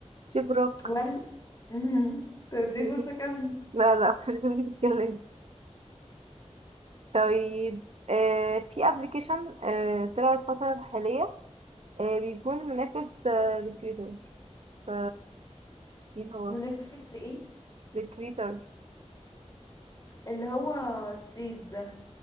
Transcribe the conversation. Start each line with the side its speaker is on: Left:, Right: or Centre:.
Right: شبرك
Left: ولا <laughs> مهم. طب دي
Right: <laughs>
Left: فرصه كمل
Right: لا لا مش دي اللي بتتكلم طيب آه في ابلكيشن آه طلع الفترة الحالية آه بيكون منافس آه لتويتر ف مين هو
Left: منافس لإيه
Right: لتويتر
Left: اللي هو ثريد ده